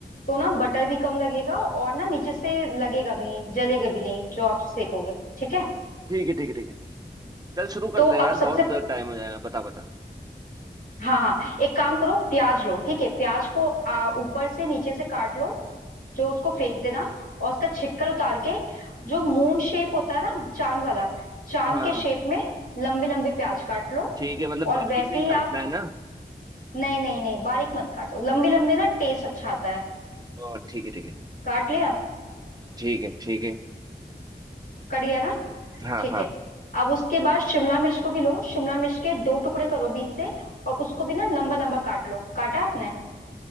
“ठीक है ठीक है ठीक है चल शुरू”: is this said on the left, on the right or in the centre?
Right